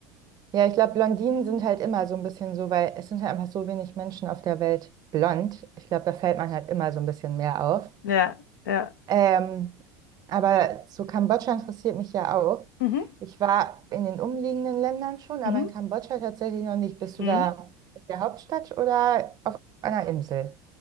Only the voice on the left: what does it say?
Ja, ja.
Mhm,
mhm,
mhm.